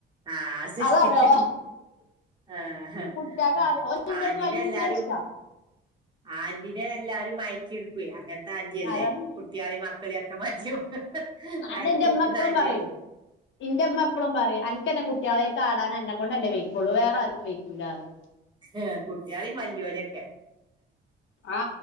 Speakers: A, on the right (about 25°); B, on the left (about 70°).
A: ആ ശരി
B: അതറിയോ
A: ആഹ്
B: കുട്ടിയാൾക്ക്
A: ആഹ്
B: ആഗ്രഹം ഓൽകിന്റെ
A: ആന്റിനെ
B: ടുത്ത് ഭയങ്കര
A: എല്ലാരും
B: ഇഷ്ടാ
A: ആന്റിനെ എല്ലാരും മയക്കിെടുക്കും അങ്ങന മാ ജ്യല്ലേ
B: അതാണ്
A: കുട്ടികളി മക്കളിയൊക്കെ മാറ്റ വായിക്കക്കുന്നാചല്ലേ
B: അതെന്നെ ഇന്റെമ്മ എപ്പളും പറയും ഇന്റെമ്മ പ്പളും പറയ എനിക്ക് ഇന്റെ കുട്ടികളെ കാണാൻ എന്നെ കൊണ്ട്ണ്ടന്നെ വെക്കുള്ളൂ വേറെ ആർക്കും വെക്കൂലാന്ന്
A: ആ കുട്ടിയാളെയും വലിയൊലെയും ഒക്കെ
B: ആ